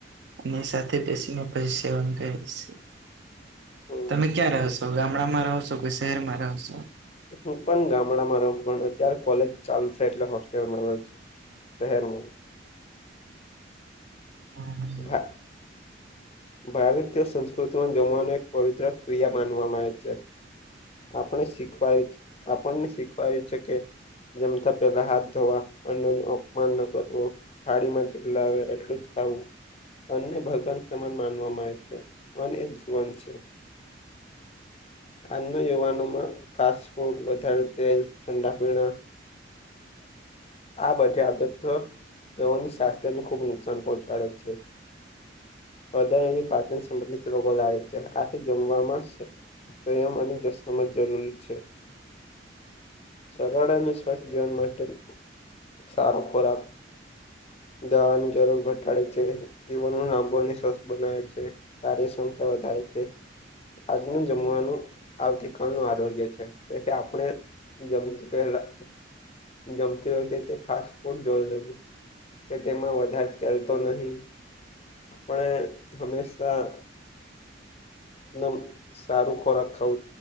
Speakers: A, on the right; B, on the left.
A: અને સાથે પછી મે પછી સેવન કરી છે
B: હમ
A: તમે ક્યાં રહ છો તો ગામડામાં રહો છો કે શહેરમાં રહ છો.
B: હું પણ ગામડામાં રહું પણ અત્યારે કોલેજ ચાલ છે એટલે હોસ્ટેલમાં રહ છું. ફહેરરો
A: હા
B: ઘા ભારત તેઓ સંસ્કૃતિમાં જમવાની એક પવિત્ર ક્રિયા માનવામાં આવે છે. આપણે શીખવાયું આપણને શીખવાયું છે કે જમતા પેલા હાથ ધોવા અન્ન ન અપમાન ન કરવું થાળી માં જેટલા આવે એટલું જ ખાવું. બને ભગવાન સમાન માનવામાં આવે છે અને જીવન છે. આજના યુવાનોમાં ફાસ્ટ ફૂડ વધારે તેલ ઠંડા પીણા આ બધા આદત તેઓની સ્વાસ્થ્યને ખુબ નુકસાન પહોંચાડે છે. હદ પાચન સંબંધિત રગો લાવે છે આથી જમવામાં છે. સંયમ અને જસમ જ જરૂરી છે. સરળ અને સ્વસ્થ જીવન માટે સારો ખોરાક દવાની જરૂર ઘટાડે છે જીવન લાંબો અને સ્વસ્થ બનાવે છે. કાર્યક્ષમતા વધારે છે આજનું જમવાનું આવતી ક ન આડળ ગય છે તે આપણેમ પહેલા જમતી વ કે ફાસ્ટ ફુડ જળ દેવું કે તેમાં વધારે લતો નહીિ આપણે હંમેશા એકદમ સારું ખોરાક ખાવ